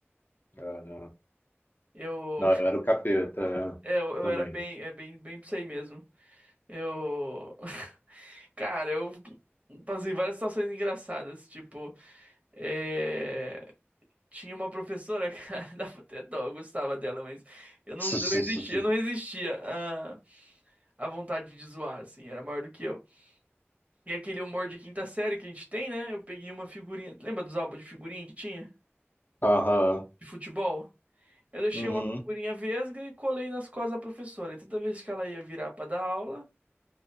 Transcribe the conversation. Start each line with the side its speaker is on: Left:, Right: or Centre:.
Left: É, Não,
Right: Eu,
Left: não, eu era o capeta é,
Right: <laughs> é, eu, eu
Left: também.
Right: era bem, é bem, bem pra isso aí mesmo. Eu. <laughs> Cara, eu passei várias situações engraçadas. Tipo, é, tinha uma professora, <laughs> cara, dava até dó, eu gostava dela, mas eu não,
Left: <laughs>
Right: não resistia, eu não resistia à, à vontade de zoar, assim, era maior do que eu. E aquele humor de quinta série que a gente tem, né? Eu peguei uma figurinha. Lembra dos álbuns de figurinha que tinha?
Left: Aham,
Right: De futebol? Eu deixei
Left: uhum,
Right: uma figurinha vesga e colei nas costas da professora. E toda vez que ela ia virar pra dar aula,